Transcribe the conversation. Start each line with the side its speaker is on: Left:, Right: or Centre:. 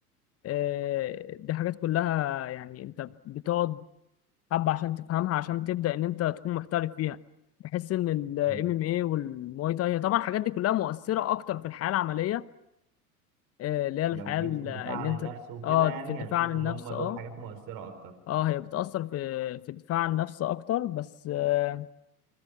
Left: آه، دي حاجات كلها يعني انت بتقعد حبة عشان تفهمها عشان تبدأ ان انت تكون محترف فيها بحس ان الام
Right: مم.
Left: ام اي والمواي تاي هي طبعا الحاجات دي كلها مؤثرة اكتر في الحياة العملية آه، اللي هي الحياة
Right: لو جيت
Left: ال-
Right: في الدفاع
Left: اللي
Right: عن
Left: انت
Right: النفس وكده
Left: اه
Right: يعني
Left: في الدفاع
Right: هتشوف
Left: عن النفس
Right: ان هم دول
Left: اه
Right: حاجات مؤثرة اكتر
Left: اه هي بتأثر في في الدفاع عن النفس اكتر بس آه،